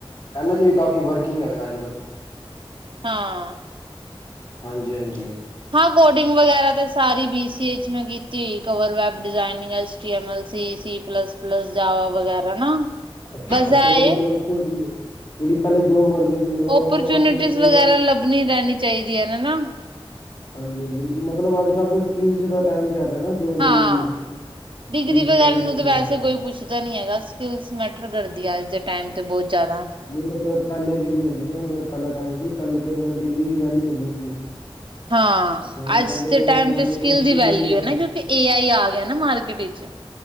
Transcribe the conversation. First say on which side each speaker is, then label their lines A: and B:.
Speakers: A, on the left; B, on the right.
A: ਇਹਨਾਂ ਚ ਵੀ ਕਾਫੀ ਵਰਕਿੰਗ ਹੈਗਾ ਅੱਜ-ਕੱਲ੍ਹ
B: ਹਾਂ।
A: ਹਾਂਜੀ-ਹਾਂਜੀ।
B: ਹਾਂ, ਕੋਡਿੰਗ ਵਗੈਰਾ ਤਾਂ ਸਾਰੀ ਬੀਸੀਏ ਚ ਕੀਤੀ ਹੋਈ ਕਵਰ ਵੈਬ ਡਿਜ਼ਾਇਨਿੰਗ ਐਜ ਕੀ ਮ ਲ ਸੀ, ਸੀ ਪਲਸ-ਪਲਸ, ਜਾਵਾ ਵਗੈਰਾ ਨਾ
A: ਅੱਛ-ਅੱਛਾ
B: ਬਸ ਇਹ
A: ਫਿਰ ਮਤਲਬ
B: ਏ
A: ਤੁਸੀਂ ਜਿਹੜੀ ਪਹਿਲੇ ਜੋਬ ਕਰਦੇ ਸੀ। ਮਤਲਬ ਉਸ
B: ਓਪਰਚੁਨਿਟੀਜ਼
A: ਤੋਂ ਬਾਅਦ ਤੁਸੀਂ ਕੋਈ
B: ਵਗੈਰਾ ਲੱਭਣੀ ਰਹਿਣੀ ਚਾਹੀਦੀਆਂ ਨੇ ਨਾ
A: ਹਾਂਜੀ-ਹਾਂਜੀ ਮਤਲਬ ਅੱਜ-ਕੱਲ੍ਹ ਦੇ ਸਕੀਮਸ ਦਾ ਟੇਮ ਚੱਲ ਰਿਹਾ ਨਾ ਜੋਬ
B: ਹਾਂ
A: ਲਈ।
B: ਡਿਗਰੀ
A: ਸਕਿੱਲਸ
B: ਵਗੈਰਾ
A: ਚਾਹੀਦੀਆਂ
B: ਨੂੰ
A: ਹੁੰਦੀਆਂ
B: ਤਾਂ ਵੈਸੇ
A: ਨੇ,
B: ਕੋਈ ਪੁੱਛਦਾ ਨੀ ਹੈਗਾ ਸਕਿੱਲਸ ਮੈਟਰ ਕਰਦੀ ਆਂ ਅੱਜ ਤੇ ਟੇਮ ਤੇ ਬਹੁਤ ਜ਼ਿਆਦਾ।
A: ਨਈ ਮਤਲਬ ਪਹਿਲੇ ਜਿਹੜੀ ਹੁੰਦੀ ਸੀ ਨਾ ਮਤਲਬ ਪਹਿਲੇ ਟਾਈਮ ਸੀ ਪਹਿਲੇ ਤੇ ਮਤਲਬ ਡਿਗਰੀ ਦੀ ਵੈਲਿਊ ਹੁੰਦੀ ਸੀ।
B: ਹਾਂ
A: ਹੁਣ
B: ਅੱਜ
A: ਬੰਦੇ
B: ਦੇ
A: ਅਗਰ
B: ਟੈਮ
A: ਮੰਨ
B: ਤੇ
A: ਲਓ
B: ਸਕਿੱਲ
A: ਕੋਈ
B: ਦੀ ਵੈਲਿਊ
A: ਹੀ ਨਹੀਂ ਹੈ।
B: ਏ ਨਾ ਕਿਉਂਕਿ ਏ ਆਈ ਆ ਗਿਆ ਨਾ ਮਾਰਕੀਟ ਵਿੱਚ।